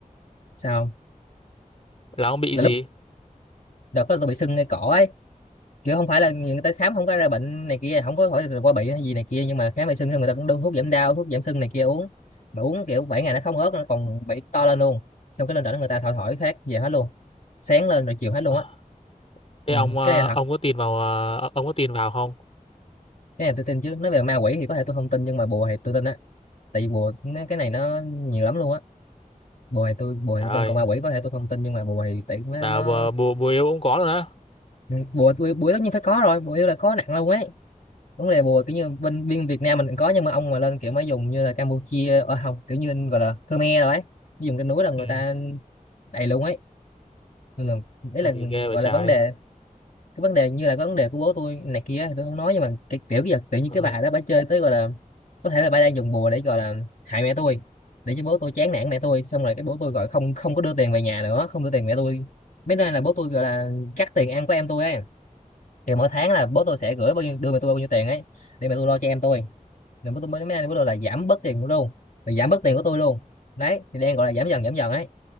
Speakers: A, on the left; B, on the left.
A: sao
B: là ông bị
A: là
B: gì
A: lúc đã có tôi bị sưng ngay cổ ấy kiểu không phải là người ta khám không có ra bệnh này kia không có hỏi là qua bị hay gì này kia nhưng mà khám bị sưng thì người ta cũng đưa thuốc giảm đau thuốc giảm sưng này kia uống mà uống kiểu 7 ngày nó không ớt nó còn bị to lên luôn xong cái lên đỉnh người ta thổi thổi phát về hết luôn sáng lên rồi chiều hết luôn
B: Ờ,
A: á
B: thế
A: ừ.
B: ông ờ,
A: cái này là
B: ông
A: thật
B: có tin vào ờ, ông có tin vào không
A: cái này tôi tin chứ nói về ma quỷ thì có thể tôi không tin nhưng mà bùa thì tôi tin á tại vì bùa nó, cái này nó nhiều lắm luôn á bùa thì tôi bùa
B: trời
A: thì tôi
B: ơi
A: tin còn ma quỷ có thể tôi không tin nhưng mà bùa thì tại nó,
B: là
A: nó
B: bùa bùa bùa yêu cũng có rồi đó
A: bùa bùa bùa tất nhiên phải có rồi bùa là có nặng lâu ấy vấn đề bùa kiểu như bên biên Việt Nam mình cũng có nhưng mà ông mà lên kiểu mới dùng như là Campuchia ở không kiểu như gọi là Khmer rồi ấy dùng trên núi là người
B: ừ
A: ta đầy luôn ấy nên là đấy
B: gì
A: là
B: ghê vậy
A: gọi
B: trái
A: là vấn đề cái vấn đề như là cái vấn đề của bố tôi này kia thì tôi không nói nhưng mà cái kiểu giờ tự nhiên
B: ờ,
A: cái bà đó bà chơi tới gọi là có thể là bà đang dùng bùa để gọi là hại mẹ tôi để cho bố tôi chán nản mẹ tôi xong rồi cái bố tôi gọi không không có đưa tiền về nhà nữa không đưa tiền mẹ tôi mấy nay là bố tôi gọi là cắt tiền ăn của em tôi ấy thì mỗi tháng là bố tôi sẽ gửi bao nhiêu đưa mẹ tôi bao nhiêu tiền ấy để mẹ tôi lo cho em tôi nên bố tôi mới mấy nay bố tôi là giảm bớt tiền của tôi luôn là giảm bớt tiền của tôi luôn đấy thì đang gọi là giảm dần giảm dần ấy